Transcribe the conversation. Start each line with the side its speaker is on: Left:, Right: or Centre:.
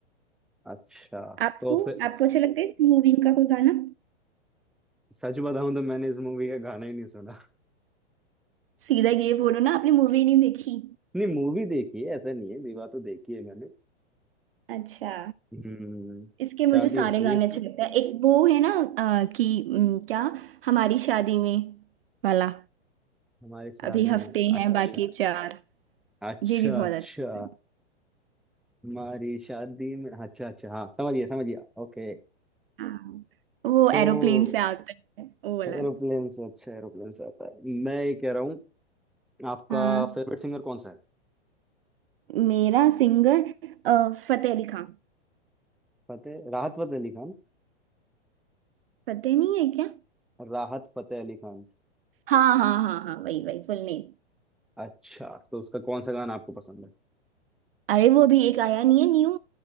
Centre: अच्छा
Right: आपको
Centre: तो फिर
Right: आपको अच्छा लगता है इस मूवी का कोई गाना
Centre: सच बताऊं तो मैंने इस मूवी का गाना ही नहीं सुना
Right: सीधा ये बोलो ना आपने मूवी नहीं देखी
Centre: नहीं मूवी देखी है ऐसा नहीं है विवाह तो देखी है मैंने
Right: अच्छा
Centre: हम्म
Right: इसके मुझे
Centre: शादी
Right: सारे
Centre: होती
Right: गाने
Centre: है इसमें
Right: अच्छे लगते हैं एक वो है ना अ, कि उम, क्या हमारी शादी में वाला
Centre: हमारी शादी
Right: अभी हफ्ते
Centre: में
Right: हैं
Centre: अच्छा
Right: बाकी चार
Centre: अच्छा
Right: ये भी बहुत
Centre: अच्छा
Right: अच्छा
Centre: हमारी शादी में अच्छा अच्छा हाँ समझिए समझिए ओके
Right: हाँ वो
Centre: तो
Right: एरोप्लेन से आता है वो वाला
Centre: एरोप्लेन से अच्छा एरोप्लेन से आता है मैं ये कह रहा हूँ आपका
Right: हाँ
Centre: फेवरेट सिंगर कौन सा है
Right: मेरा सिंगर अ, फतेह अली खान
Centre: फतेह राहत फतेह अली खान
Right: फतेह नहीं है क्या
Centre: राहत फतेह अली खान
Right: हाँ हाँ हाँ हाँ वही वही फुल नेम
Centre: अच्छा तो उसका कौन सा गाना आपको पसंद है
Right: अरे वो अभी एक आया नहीं है न्यू